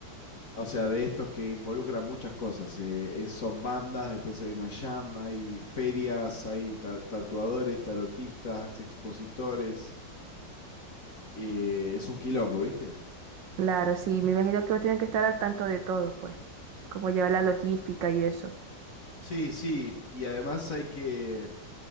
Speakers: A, on the left (about 50°); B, on the right (about 85°).
A: O sea, de estos que involucran muchas cosas. eh, es- son bandas, después hay una jam, hay ferias, hay ta- tatuadores, tarotistas, expositores. eh, es un quilombo, ¿viste?
B: claro, sí. Me imagino que vos tienen que estar al tanto de todo, pues. Como llevar la logística y eso.
A: Sí, sí. Y además hay que